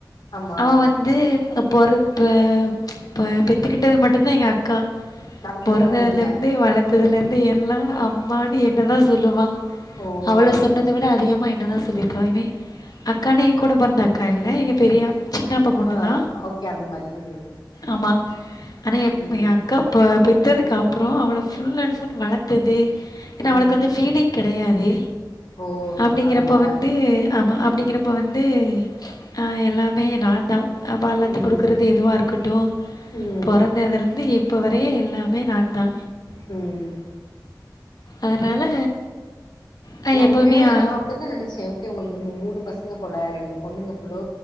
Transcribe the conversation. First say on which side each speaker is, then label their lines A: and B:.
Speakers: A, on the left; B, on the left.
A: ஆமா
B: அவ வந் து பொற இப்ப இப்ப பெத்துக்கிட்டது மட்டுந்தா எங்கக்கா
A: நடந்தது
B: பொறந்ததுல
A: ஃபுல்லா நீங்க
B: இருந்தே வளத்ததுல இருந்தே எல்லா அம்மான்னு என்னதா சொல்லுவா
A: ஓ
B: அவள
A: சேரி
B: சொன்னத
A: சேரி
B: விட அதிகமா என்னதா சொல்லிக்கலாமே அக்கானா எ கூட பொறந்த அக்கா இல்ல எங்க பெரியா சின்ன அப்பா பொண்ணுதா
A: ஆ ஓகே அந்த மாரி ம்
B: ஆமா ஆனா எ
A: ம்
B: எ அக்கா பெ பெத்ததுக்கப்றோ அவள ஃபுல் அன் ஃபுல் வளத் தது ஏன்னா
A: ம்
B: அவளுக்கு வந்து ஃபீடிங் கெடையாது
A: ஓ
B: அப்டிங்கிறப்ப
A: அதனால
B: வந்து ஆமா
A: ம்
B: அப்டிங்கிறப்ப வந்து அ எல்லாமே நாந்தா அ பால்
A: ம்
B: ஆத்தி குடுக்கறது எதுவா இருக்கட்டு
A: ம்
B: பொறந்ததுல இருந்து இப்ப வரையு எல்லாமே நாந்தா
A: ம்
B: அதனால நான்
A: நா
B: எப்பவுமே
A: உண்மையாவே
B: அ
A: நா அப்டித்தா நெனைச்சே ஓகே உங்களுக்கு இன்னு மூணு பசங்க போல ரெண்டு பொண்ணுங்க போல